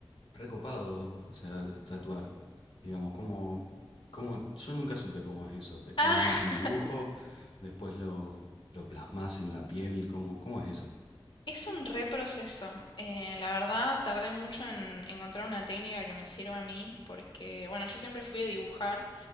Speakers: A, on the left (about 85°); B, on the left (about 65°).
A: recopado, o sea, tatuar. Digamos, ¿cómo, cómo, yo nunca supe cómo es eso. Te-
B: Ah,
A: Vos armás un dibujo,
B: <laughs>
A: después lo, lo plasmás en la piel, ¿cómo, cómo es eso?
B: es un reproceso. Eh, la verdad, tardé mucho en encontrar una técnica que me sirva a mí, porque, bueno, yo siempre fui a dibujar